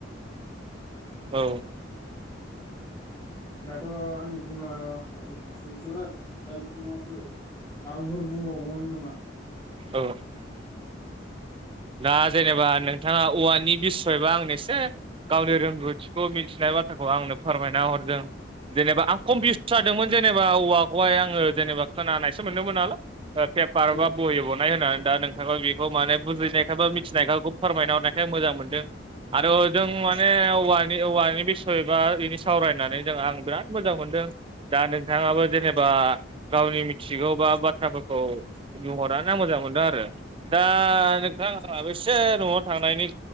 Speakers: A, on the right; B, on the left.
A: औ
B: दाथ' आंनि बुंनाया एसेनोसैमोन। दा बिथाङासो माबाफोर बुंबावगौमोन नामा?
A: औ दा जेनेबा नोंथाङा औवानि बिसयबा आंनो एसे। गावनि रोंगौथिखौ मिथिनाय बाथ्राखौ आंनो फोरमायना हरदों। जेनेबा आं कम्पिउस जादोंमोन जेनेबा औवाखौहाय आङो जेनेबा खोनानायसो मोनदोंमोन नालाय। पेपार
B: औ
A: बा बहि बनायो होननानै दा नोंथाङा बेखौ माने बुजिनाय। बा मिथिनायखौ फोरमायना हरनायखाय मोजां मोनदों आरो जों
B: औ
A: माने। औवानि बिसय बा बिनि सावरायनानै जों आं बिराद मोजां मोनदों दा नोंथाङाबो जेनेबा। बा गावनि मिथिगौ बा बाथ्राफोरखौ बुंहरना मोजां मोनदों आरो दा नोंथां आंहाबो एसे न'आव थांनायनि